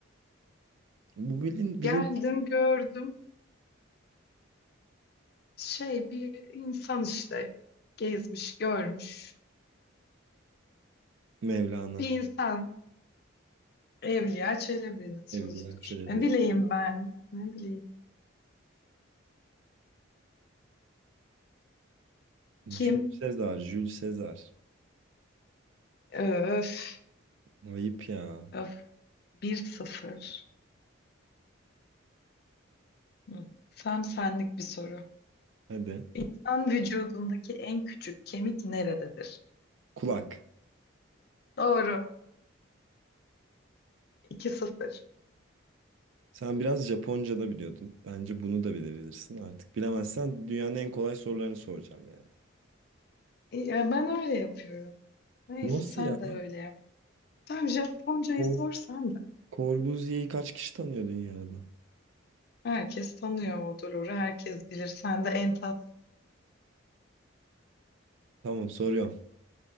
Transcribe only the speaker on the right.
Bu bilin
bilin
Mevlana.
Evliya Çelebi.
Jules
Sezar. Jules Sezar.
Ayıp ya.
Hadi.
Kulak.
Sen biraz Japonca da biliyordun. Bence bunu da bilebilirsin artık. Bilemezsen dünyanın en kolay sorularını soracağım yani.
Nasıl
ya?
Cor
Corbusier'i kaç kişi tanıyor dünyada?
Tamam soruyorum.